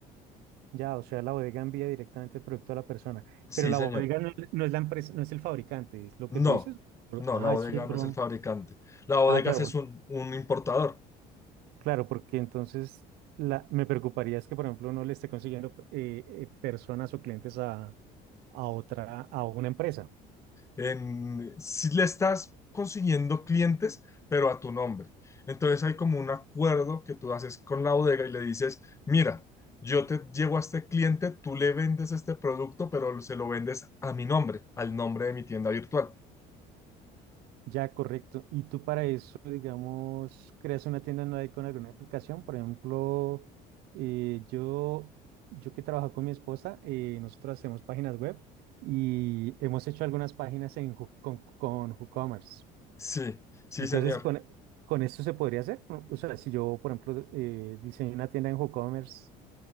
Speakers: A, on the right; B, on the left.
A: ya, o sea, la bodega envía directamente el producto a la persona,
B: Sí,
A: pero la
B: señor.
A: bodega no, es no es la empresa, no es el fabricante, es lo
B: No,
A: que tú dices.
B: no,
A: Ah,
B: la bodega
A: es otro.
B: no es el fabricante. La bodega
A: Ah, claro,
B: sí
A: por-
B: es un, un importador.
A: claro, porque entonces la, me preocuparía es que, por ejemplo, uno le esté consiguiendo eh, eh, personas o clientes a, a otra, a una empresa.
B: en, si le estás consiguiendo clientes, pero a tu nombre. Entonces hay como un acuerdo que tú haces con la bodega y le dices, mira, yo te llevo a este cliente, tú le vendes este producto, pero se lo vendes a mi nombre, al nombre de mi tienda virtual.
A: Ya, correcto. Y tú para eso, digamos, creas una tienda online con alguna aplicación. Por ejemplo, eh, yo, yo que trabajo con mi esposa, eh, nosotros hacemos páginas web y hemos hecho algunas páginas en, Who- con, con WooCommerce.
B: Sí, sí,
A: Entonces,
B: señor.
A: con, con esto se podría hacer. ¿no? O sea, si yo, por ejemplo, eh, diseño una tienda en WooCommerce